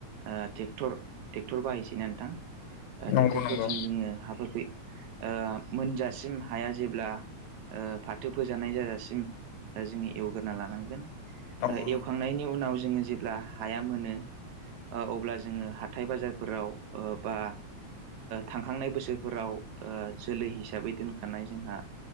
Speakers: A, on the right; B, on the left.
A: ओ ट्रेक्टर बाहायसै ना नोंथां
B: नंगौ
A: ट्रेक्टरफोरजों
B: नंगौ
A: जोङो हाफोरखौै ओ मोनजासिम हाया जेब्ला ओ फाथो फोजानाय जाजासिम दा जोङो एवग्रोना लानांगोन।
B: नंगौ
A: एवखांनायनि उनाव जोङो जेब्ला हाया मोनो अब्ला जोङो। हाथाय बाजारफोराव बा थांखांनाय बोसोरफोराव जोलै हिसाबै दोनखानाय जोंहा।